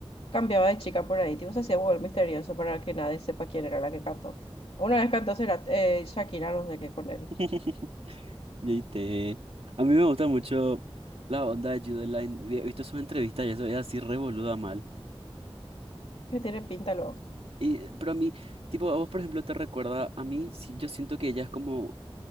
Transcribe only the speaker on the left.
cambiaba de chica por ahí. Tipo se hacía volver misterioso para que nadie sepa quién era la que cantó. Una vez cantó Cerati- eh, Shakira, no sé qué con él.
Que tiene pinta lo.